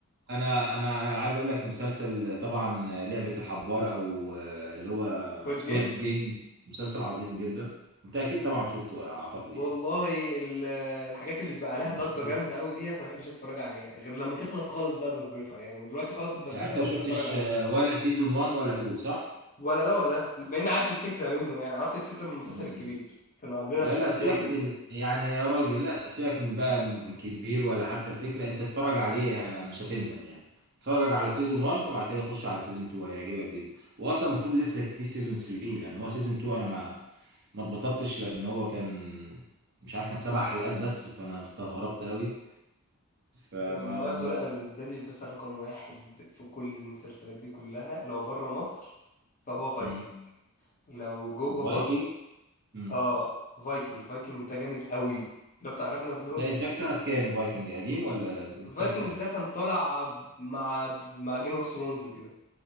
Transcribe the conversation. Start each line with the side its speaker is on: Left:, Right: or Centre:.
Right: انا انا عايز اقول لك مسلسل طبعا لعبة الحبار او آه، اللي هو
Left: كود
Right: سكويد
Left: جيم
Right: جيم مسلسل عظيم جدا انت اكيد طبعا شفته اعتقد يعني
Left: والله ال- الحاجات اللي بيبقى عليها
Right: ما
Left: ضجة
Right: شفتوش
Left: جامدة قوي ديت ما بحبش اتفرج عليها غير لما تخلص خالص بقى ضجتها يعني دلوقتي خلصت ضجتها
Right: يعني انت
Left: ممكن
Right: ما شفتش
Left: اتفرج عليها
Right: آه، ولا سيزون 1 ولا 2 صح
Left: ولا ده ولا ده بما اني عارف الفكرة منه يعني عرفت الفكرة من المسلسل
Right: مم.
Left: الكبير كانوا عاملينها
Right: لا
Left: بشكل
Right: لا سيبك
Left: كوميدي
Right: من
Left: كده
Right: ال... يعني يا راجل لا سيبك من بقى من كبير ولا حتى الفكرة انت اتفرج عليه آه، مش هتندم يعني اتفرج على سيزون 1 وبعد كده خش على سيزون 2 هيعجبك جدا واصلا المفروض لسه في سيزون 3 لان هو سيزون 2 انا ما ما اتبسطتش لان هو كان مش عارف كان سبع حلقات بس فانا استغربت قوي فما
Left: والله يا طارق
Right: ما
Left: انا بالنسبة لي مسلسل رقم واحد في كل المسلسلات دي كلها لو بره مصر فهو فايكنج
Right: مم.
Left: لو جوه
Right: فايكنج
Left: مصر
Right: مم.
Left: اه فايكنج فايكنج ده جامد قوي اللي هو بتاع راجنر لوث
Right: ده انتاج سنة كام فايكنج قديم ولا انتاج
Left: فايكنج
Right: كام
Left: ده كان طالع ب- مع مع جيم اوف ثرونز كده